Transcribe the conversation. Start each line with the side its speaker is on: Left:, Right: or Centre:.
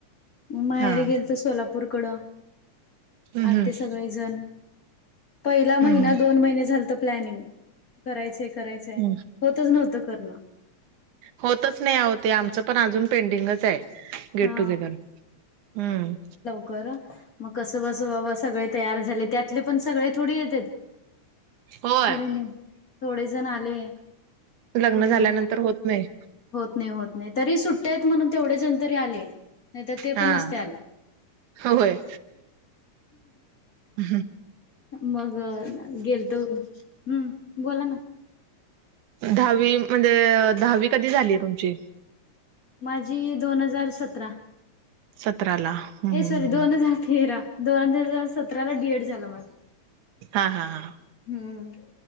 Left: मंग माहेर
Right: हा
Left: गेलं तरं सोलापूर भूरंकड
Right: हम्म
Left: आं
Right: हम्म
Left: ते सगळें जणं पहिलं
Right: हम्म
Left: महिना दोन महिने झालंय प्लॅनिंग करायचं करायचे
Right: हम्म
Left: होतंच नव्हतं करणं.
Right: होतंच नाहीं हो ते आमचं पणं अजूंन पेंडिंगचं आहे गेट-टुंगेदर
Left: हा
Right: हां हम्मं
Left: मंग कसं बसं बाबां सगळें तयार झाले त्यांतले पणं सगळें थोडे येतील
Right: होय
Left: थोडे थोडे जणं आले
Right: लग्न
Left: थोडे
Right: झाल्यानंतर
Left: मुलं
Right: होत नाही
Left: होतं नाहीं होतं नाहीं तरी सुट्ट्याेत म्हणूंन तेवढे जणं तरी आले नाहीं तरं ते
Right: हा
Left: पणं नसते आले
Right: होय हं हह.
Left: मग अ गेलतो, हम्म, बोला ना.
Right: दहावी, म्हणजे दहावी कधी झालीय तुमची?
Left: माझी दोन हजार सतरा,
Right: सतराला हम्म
Left: ए सॉरी दोन हजार तेरा-. दोन हजार सतराला डी एड झालं माझं.
Right: हां हा हा...
Left: हम्म.